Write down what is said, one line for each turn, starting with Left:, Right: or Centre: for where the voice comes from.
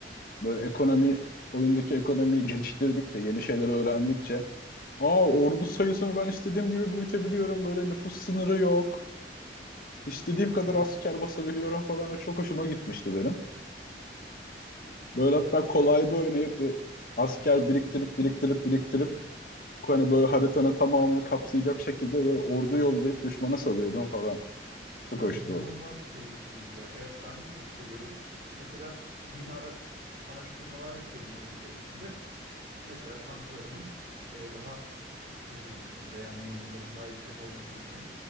Left: böyle ekonomi, oyundaki ekonomiyi <laughs> geliştirdikçe, yeni şeyler öğrendikçe, aa ordu sayısını ben istediğim gibi büyütebiliyorum, böyle nüfus sınırı yok, istediğim kadar
Right: Değil mi?
Left: asker basabiliyorum falan, o çok hoşuma gitmişti benim. Böyle hatta kolayda oynayıp bu asker biriktirip biriktirip biriktirip hani böyle haritanın tamamını kapsayacak şekilde böyle ordu yollayıp düşmana salıyordum falan. Çok
Right: <laughs>
Left: hoştu
Right: İnanılmaz
Left: o.
Right: keyifliydi ya. Evet ben de çok seviyordum. Mesela yeni ara araştırmalar yapıyordun oyun içerisinde. Mesela tanklarının e, daha hızlı gitmesi veya menzillerinin daha yüksek olması için